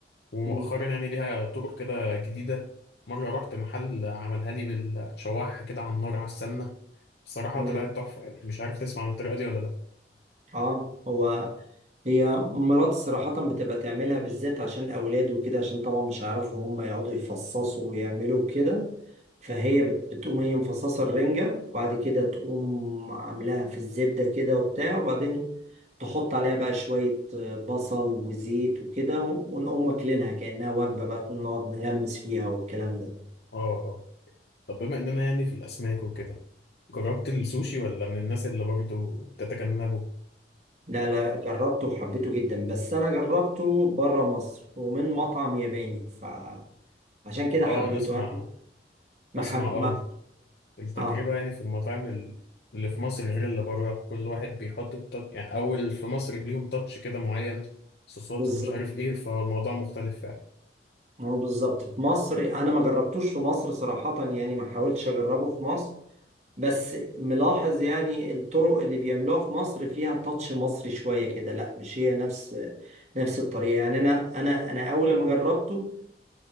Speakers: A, on the left; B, on the right.
A: ومؤخرا
B: مم.
A: يعني ليها طرق كده جديده مره رحت محل عملها لي بالشواحه كده على النار على السمنه بصراحه
B: مم.
A: طلعت تحفه يعني مش عارف تسمع عن الطريقه دي ولا لا
B: اه هو هي مرات صراحة بتبقى تعملها بالذات عشان الأولاد وكده عشان طبعا مش هيعرفوا هم يقعدوا يفصصوا ويعملوا كده فهي بت- بتقوم هي مفصصة الرنجة وبعد كده تقوم عاملاها في الزبدة كده وبتاع وبعدين تحط عليها بقى شوية آه، بصل وزيت وكده ونقوم واكلينها كأنها وجبة بقى نقعد نغمس فيها والكلام ده
A: اه آه. طب بما اننا يعني في الاسماك وكده جربت السوشي ولا من الناس اللي برضو بتتجنبه
B: لا لا جربته وحبيته جدا بس أنا جربته بره مصر ومن مطعم ياباني ف عشان كده حبيته
A: اه انا اسمع
B: أنا ما,
A: اسمع
B: حب...
A: اه التجربة
B: اه
A: يعني في المطاعم ال- اللي في مصر غير اللي بره كل واحد بيحط التاتش يعني اول في مصر ليهم تاتش كده معين صوصات
B: بالظبط
A: ومش عارف ايه فهو الموضوع مختلف فعلا
B: ما هو بالظبط في مصر انا ما جربتوش في مصر صراحة يعني ما حاولتش اجربه في مصر بس ملاحظ يعني الطرق اللي بيعملوها في مصر فيها تاتش مصري شوية كده لا مش هي نفس نفس الطريقة يعني انا انا انا اول ما جربته